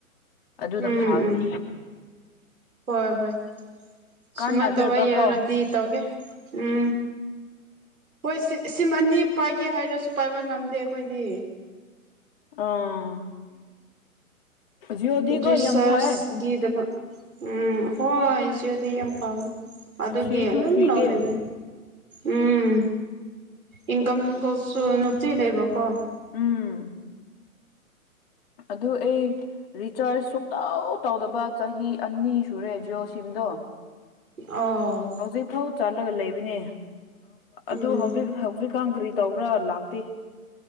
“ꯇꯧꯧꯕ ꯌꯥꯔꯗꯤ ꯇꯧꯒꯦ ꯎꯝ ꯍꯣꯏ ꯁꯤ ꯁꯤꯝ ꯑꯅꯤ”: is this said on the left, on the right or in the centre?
Right